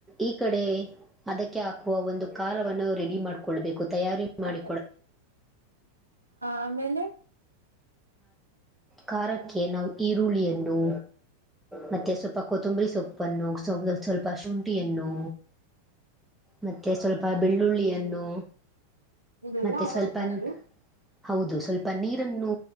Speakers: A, in the centre; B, on the right.
A: ಈ ಕಡೆ ಅದಕ್ಕೆ ಹಾಕುವ ಒಂದು ಖಾರವನ್ನು ರೆಡಿ ಮಾಡಕೋ ಮಾಡಕೊಳ್ಬೇಕು ತಯಾರಿ ಮಾಡಿ
B: ಹಾ ಆಮೇಲೆ
A: ಖಾರಕ್ಕೆ ನಾವು ಈರುಳ್ಳಿಯನ್ನು ಮತ್ತೆ ಸೊಪ್ ಪ ಕೊತಂಬರಿ ಸೊಪ್ಪನ್ನು ಸೊ ಸೊ ಸ್ವಲ್ಪ ಸ್ವಲ್ಪ ಶುಂಠಿಯನ್ನು ಮತ್ತೆ ಸ್ವಲ್ಪ ಬೆಳ್ಳುಳ್ಳಿಯನ್ನು
B: ಇದೆಲ್ಲ
A: ಮತ್ತೆ
B: ಹಾಕ್ಬೇಕೇನ್ರಿ
A: ಸ್ವಲ್ಪನ್ ಹೌದು ಸ್ವಲ್ಪ ನೀರನ್ನು